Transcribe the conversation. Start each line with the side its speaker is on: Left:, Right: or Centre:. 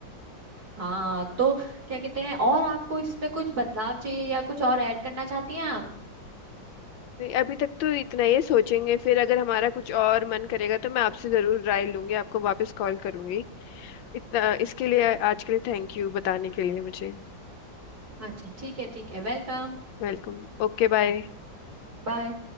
Right: हाँ तो क्या कहते हैं और आपको इसमें कुछ बदलाव चाहिए या कुछ और ऐड करना चाहती हैं आप
Left: नहीं अभी तक तो इतना ही है, सोचेंगे फिर अगर हमारा कुछ और मन करेगा तो मैं आपसे जरूर राय लूंगी आपको वापस कॉल करूंगी इतना इसके लिए आज के लिए थैंक यू बताने के लिए मुझे
Right: अच्छा ठीक है ठीक है वेलकम
Left: Welcome okay bye
Right: बाय